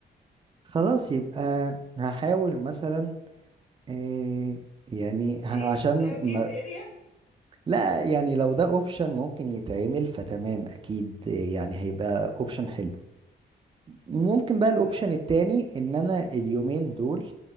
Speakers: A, on the right (about 25°); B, on the left (about 35°).
A: خلاص يبقى هحاول مثلا إيه يعني ه-
B: ايه
A: عشان
B: تعمل كيدز
A: ما
B: اريا
A: لا يعني لو ده اوبشن ممكن يتعمل فتمام اكيد إيه، يعني هيبقى اوبشن حلو ممكن بقى
B: عامه
A: الاوبشن التاني ان انا اليومين دول